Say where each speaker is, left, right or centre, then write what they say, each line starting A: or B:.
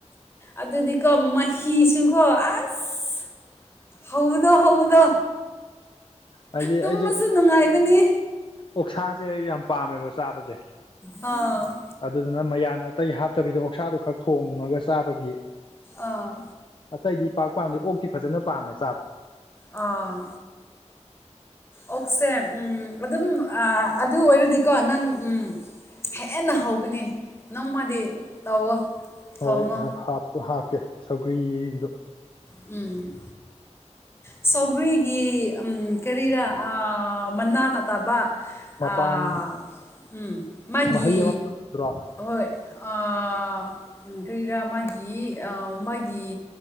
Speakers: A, on the left; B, on the left.
A: ꯑꯗꯨꯗꯤꯀꯣ ꯃꯍꯤꯁꯨꯀꯣ ꯑꯁ ꯍꯧꯕꯗꯣ ꯍꯧꯕꯗꯣ
B: ꯍꯥꯏꯗꯤ
A: ꯇꯨꯝꯃꯁꯨ
B: ꯑꯩꯁꯨ
A: ꯅꯨꯡꯉꯥꯏꯕꯅꯤ
B: ꯑꯣꯛꯁꯥꯁꯦ ꯌꯥꯝ ꯄꯥꯝꯃꯦꯕ ꯆꯥꯕꯁꯦ
A: ꯑꯥ
B: ꯑꯗꯨꯗꯨꯅ ꯃꯌꯥꯟ ꯑꯇꯩ ꯍꯥꯞꯇꯕꯤꯗ ꯑꯣꯛꯁꯥꯗꯣ ꯈꯛ ꯊꯣꯡꯉꯒ ꯆꯥꯕꯒꯤ
A: ꯑꯥ
B: ꯑꯇꯩꯗꯤ ꯄꯥꯛ ꯄꯥꯝꯗꯦ ꯑꯣꯛꯇꯤ ꯐꯖꯅ ꯄꯥꯝꯃꯦ ꯆꯥꯕ
A: ꯑꯥ ꯑꯣꯛꯁꯦ ꯎꯝ ꯑꯗꯨꯝ ꯑꯥ ꯑꯗꯨ ꯑꯣꯏꯔꯗꯤꯀꯣ ꯅꯪ ꯎꯝ ꯍꯦꯟꯅ ꯍꯧꯒꯅꯤ ꯅꯪꯃꯗꯤ ꯇꯧꯋꯣ
B: ꯍꯣꯏ
A: ꯊꯣꯡꯉꯣ
B: ꯍꯦ ꯍꯥꯞꯄ ꯍꯥꯞꯀꯦ ꯁꯧꯒ꯭ꯔꯤꯗꯣ
A: ꯎꯝ ꯁꯥꯎꯒꯔꯤꯒꯤ ꯑꯝ ꯀꯔꯤꯔ ꯑꯥ ꯑꯥ ꯃꯅꯥ ꯅꯠꯇꯕ
B: ꯃꯄꯥꯟ
A: ꯑꯥ ꯎꯝ ꯃꯥꯒꯤ
B: ꯃꯍꯩ ꯑꯃ ꯄꯥꯜꯂꯛꯄꯗꯨꯔꯣ
A: ꯍꯣꯏ ꯑꯥ ꯀꯔꯤꯔꯥ ꯃꯥꯒꯤ ꯑꯝ ꯃꯥꯒꯤ